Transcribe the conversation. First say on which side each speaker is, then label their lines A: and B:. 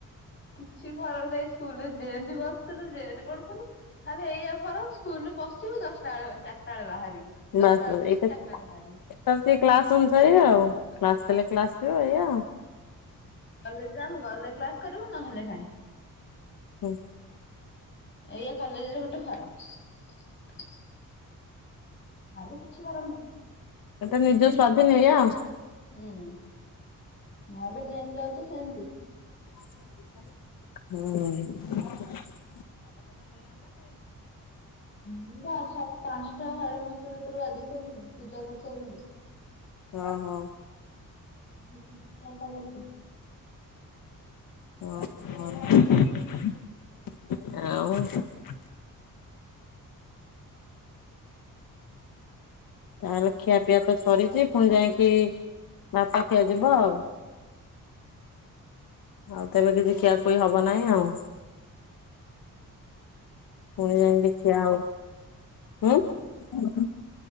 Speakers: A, on the left (about 35°); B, on the left (about 80°).
A: କିଛି ଫରକ ନାହିଁ ସ୍କୁଲରେ ଯେମତି ବସିଥିଲୁ ଯେମିତି ପଢୁଥିଲୁ ଖାଲି ଏଇଆ ଫରକ ସ୍କୁଲ ରେ ପଶିବୁ ଜଷ୍ଟ ଚାଳ ଚାରିଟା ବେଳେ ବାହାରିବୁ। ଦଶଟା
B: ବାସ
A: ବେଳେ
B: ବାସ
A: ପଶିବୁ
B: ଏଇତ
A: ଚାରିଟା ବେଳେ ବାହାରିବୁ।
B: କ୍ଲାସ <unintelligible> ଆଉ। କ୍ଲାସ ଦେଲେ କ୍ଲାସ ଯିବ ଏଇଆ ଆଉ
A: କାଲି ଏକ୍ସାମ ଗଲେ କ୍ଲାସ୍ କରିବୁ ନହେଲେ ନାଇଁ
B: ହୁଁ
A: ଏଇଆ କଲେଜରେ ଗୋଟେ ଫରକ ଆରେ କିଛି ଫରକ ନାହିଁ।
B: ଏଟା
A: ତ ସେମିତି
B: ନିଜ ସ୍ଵାଧୀନ ଏଇଆ ଆଉ
A: ହୁଁ ମାଲେ ଯେମିତ ଯାଉଛସେମିତି ଜି
B: ହୁଁ ଉ
A: ହୁଁ ବା ସ ପାଞ୍ଚଟା ସାଢେ଼ ପାଞ୍ଚଟା ରାତିରୁ ଗାଧେଇ ସାରିଲିଣୀ ପୂଜା କରିସାରିଲିଣୀ
B: ହଁ ହଁ
A: <unintelligible>
B: <unintelligible> ହଁ ଆଉ ତାହେଲେ ଖିଆପିଆ ତ ସରିଛି ପୁଣି ଯାଇକି ଭାତ ଖିଆ ଯିବ ଆଉ। ଆଉ ତବେ କିଛି ଖିଆ ଖୁଇ ହବ ନାହିଁ ଆଉ ପୁଣି ଯାଇ ଦେଖିିବା ଆଉ ହୁଁ <unintelligible>